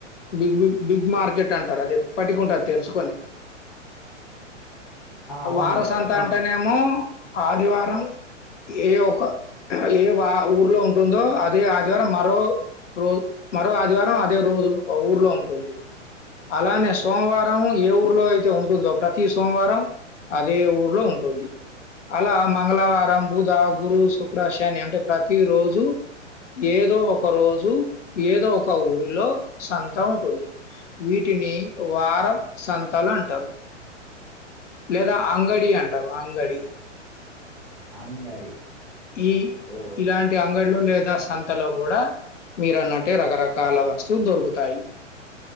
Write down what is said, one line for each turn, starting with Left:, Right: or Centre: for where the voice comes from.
Left: big big big market అంటారు అది ఎప్పటికి ఉంటది తెరుచుకొని
Centre: ఆ! అవును.
Left: వార సంత
Centre: ప్రతి
Left: అంటేనేమో ఆదివారం ఏ ఒక ఏ వా ఊర్లో ఉంటుందో అదే ఆది వారం మరో రో మరో ఆదివారం అదే రోజు లో ఊర్లో ఉంటుంది అలానే సోమవారం ఏ ఊర్లో అయితే ఉంటుందో ప్రతి సోమవారం అదే ఊర్లో ఉంటుంది అలా మంగళవారం బుధ గురు శుక్ర శని అంటే ప్రతి రోజు ఏదో ఒక రోజు ఏదో ఒక ఊరిలో సంత ఉంటుంది వీటిని వార సంతాలు అంటారు లేదా అంగడి అంటారు అంగడి
Centre: అంగడి.
Left: ఈ
Centre: సో,
Left: ఇలాంటి అంగడిలో లేదా సంతలో కూడా మీరన్నట్టే రకరకాల వస్తువులు దొరుకుతాయి